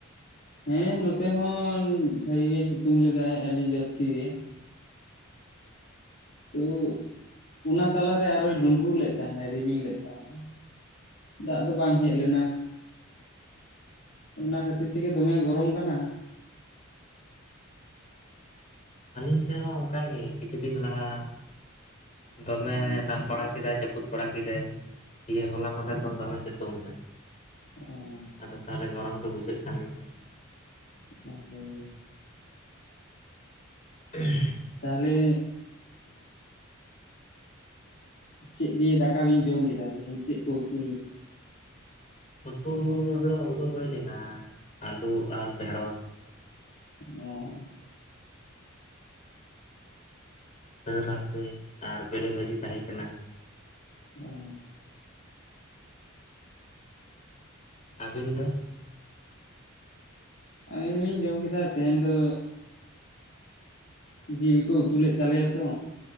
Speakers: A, on the left; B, on the left.
A: ᱦᱮᱸ ᱱᱚᱛᱮ ᱦᱚᱸ ᱵᱷᱟᱹᱜᱤ ᱜᱮ ᱥᱤᱛᱩᱝ ᱞᱮᱫᱟᱭ, ᱟᱹᱰᱤ ᱡᱟᱹᱥᱛᱤ ᱜᱮ᱾ ᱛᱚ ᱚᱱᱟ ᱛᱟᱞᱟᱨᱮ ᱟᱨᱚᱭ ᱰᱩᱸᱰᱨᱩᱜ ᱞᱮᱫ ᱛᱟᱦᱮᱱᱟᱭ ᱨᱤᱢᱤᱞ ᱞᱮᱫ ᱛᱟᱦᱮᱱᱟᱭ᱾ ᱫᱟᱜ ᱫᱚ ᱵᱟᱝ ᱦᱮᱡ ᱞᱮᱱᱟ <inaudible> ᱚᱱᱟ ᱠᱷᱟᱹᱛᱤᱨ ᱛᱮ ᱛᱮᱜᱮ ᱫᱚᱢᱮ ᱜᱚᱨᱚᱢ ᱠᱟᱱᱟ᱾
B: ᱟᱞᱮ ᱥᱮᱫ ᱦᱚᱸ ᱚᱱᱠᱟᱜᱮ ᱠᱤᱪᱷᱩ ᱫᱤᱱ ᱞᱟᱦᱟ ᱫᱚᱢᱮ
A: ᱚ
B: ᱫᱟᱜ ᱵᱟᱲᱟ ᱠᱮᱫᱟᱭ᱾ ᱡᱟᱹᱯᱩᱫ ᱵᱟᱲᱟ ᱠᱮᱫᱟᱭ ᱫᱤᱭᱮ ᱦᱚᱞᱟ ᱢᱟᱫᱷᱮᱨ ᱠᱷᱚᱱ ᱫᱚᱢᱮ ᱥᱤᱛᱩᱝ ᱫᱟᱭ᱾
A: ᱚᱻ
B: ᱟᱫᱚ ᱛᱟᱦᱚᱞᱮ ᱜᱚᱨᱚᱢ ᱫᱚ ᱵᱩᱡᱷᱟᱹᱜ ᱠᱟᱱ ᱜᱮᱭᱟ᱾
A: <inaudible>
B: <unintelligible>
A: ᱛᱟᱦᱚᱞᱮ ᱪᱮᱫ ᱫᱤᱭᱮ ᱫᱟᱠᱟ ᱵᱤᱱ ᱡᱚᱢ ᱠᱮᱫᱟ ᱛᱮᱦᱮᱧ ᱪᱮᱫ ᱠᱚ ᱩᱛᱩ
B: ᱩᱛᱩ ᱫᱚ ᱩᱛᱩ ᱦᱩᱭ ᱞᱮᱱᱟ ᱟᱹᱞᱩ ᱟᱨ ᱰᱷᱮᱲᱚᱥ᱾
A: ᱚᱻ
B: ᱨᱟᱥᱮ ᱟᱨ ᱵᱮᱞᱮ ᱵᱷᱟᱹᱡᱤ ᱛᱟᱦᱮᱸ ᱠᱟᱱᱟ᱾
A: ᱚᱻ
B: ᱟᱵᱤᱱ ᱫᱚ?
A: ᱟᱹᱞᱤᱧ ᱦᱚᱞᱤᱧ ᱡᱚᱢ ᱠᱮᱫᱟ ᱛᱮᱦᱮᱧ ᱫᱚ ᱡᱤᱞ ᱠᱚ ᱩᱛᱩ ᱞᱮᱫ ᱛᱟᱞᱮᱭᱟ ᱛᱚ᱾